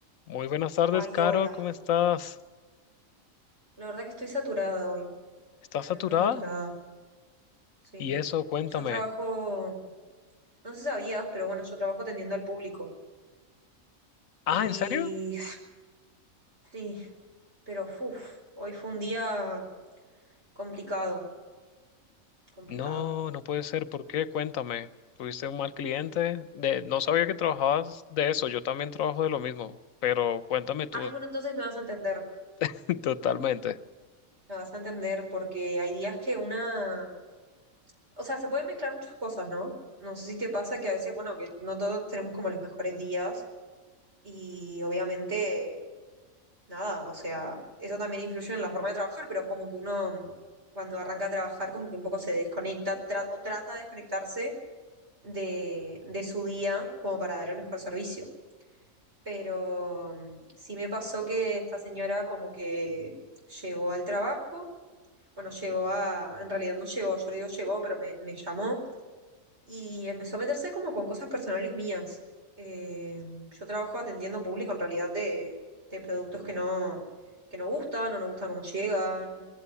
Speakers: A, on the left; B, on the right.
A: Muy buenas tardes,
B: Ay,
A: Caro,
B: hola.
A: ¿cómo estás?
B: La verdad que estoy saturada hoy.
A: ¿Estás
B: Estoy
A: saturada?
B: muy saturada. Sí.
A: Y eso, cuéntame.
B: Yo trabajo, no sé si sabías, pero bueno, yo trabajo atendiendo al público.
A: Ah,
B: Y
A: ¿en serio?
B: <sighs> sí, pero uff, hoy fue un día complicado, complicado.
A: No, no puede ser. ¿Por qué? Cuéntame. ¿Tuviste un mal cliente? De, no sabía que trabajabas de eso. Yo también trabajo de lo mismo, pero cuéntame tú
B: Ay, bueno, entonces me vas a entender.
A: <laughs> totalmente.
B: Me vas a entender porque hay días que una, o sea, se pueden mezclar muchas cosas, ¿no? No sé si te pasa que a veces, bueno, que no todos tenemos como los mejores días y obviamente nada, o sea, eso también influye en la forma de trabajar, pero como que uno mm, cuando arranca a trabajar como que un poco se desconecta tra- o trata de desconectarse de, de su día como para dar el mejor servicio. Pero mm, sí me pasó que esta señora como que llegó al trabajo, bueno, llegó a, en realidad no llegó, yo le digo llegó, pero me, me llamó y empezó a meterse como con cosas personales mías. Eh, yo trabajo atendiendo público en realidad de, de productos que no, que no gustan o no gustan cómo llegan